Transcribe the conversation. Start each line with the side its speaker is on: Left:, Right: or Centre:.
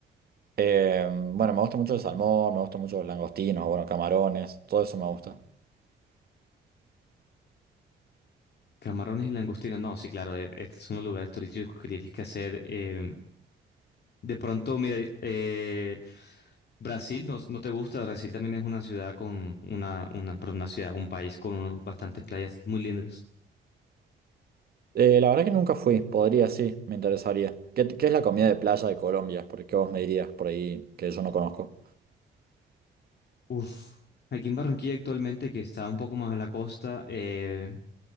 Right: Eh, bueno, me gusta mucho el salmón, me gustan mucho los langostinos, bueno, camarones, todo eso me gusta.
Left: Camarones y langostinos. No, sí, claro. eh, estos son los lugares turísticos que tienes que hacer. eh, de pronto, mira, eh, Brasil no, no te gusta. Brasil también es una ciudad con una, una, perdón, una ciudad, un país con bastantes playas muy lindas.
Right: Eh, la verdad que nunca fui, podría, sí, me interesaría. ¿Qué, qué es la comida de playa de Colombia? Porque vos me dirías por ahí que yo no conozco.
Left: Uf. Aquí en Barranquilla actualmente, que está un poco más a la costa, eh,